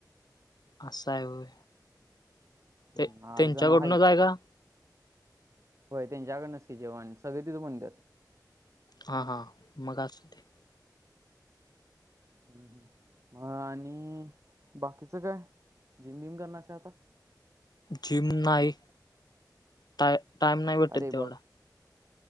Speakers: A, on the left; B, on the right.
A: असं आहे होय.
B: हम्म
A: ते
B: आठ
A: त्यांच्याकडूनचय
B: जण आहेत
A: हाय का?
B: होय त्यांच्याकडनच कि जेवण सगळे तिथं म्हणतात.
A: हां हां मग अस ते.
B: ह् मग आणि बाकीच काय जिम बिम करणारच का आता?
A: जिम नाही, टाय टाइम नाही भेटत
B: अरे बॉ
A: तेवढा.